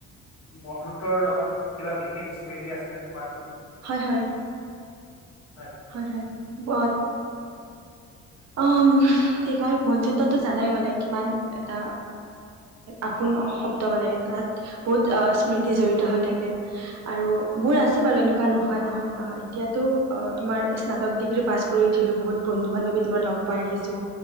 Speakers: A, on the left; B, on the right.
A: বন্ধুত্বৰ লগত কিবা বিশেষ স্মৃতি আছে নে তোমাৰ?
B: হয় হয়
A: <unintelligible>
B: হয় হয় ব অ কি কয় বন্ধুত্বতো জানাই মানে কিমান এটা আপোন শব্দ মানে তাত বহুত স্মৃতি জড়িত হৈ থাকে আৰু মোৰ আছে বাৰু এনেকুৱা নোহোৱা নহয় অ এতিয়াতো অ তোমাৰ স্নাতক ডিগ্ৰী পাছ কৰি উঠিলোঁ বহুত বন্ধু বান্ধৱী তোমাৰ লগ পাই আহিছোঁ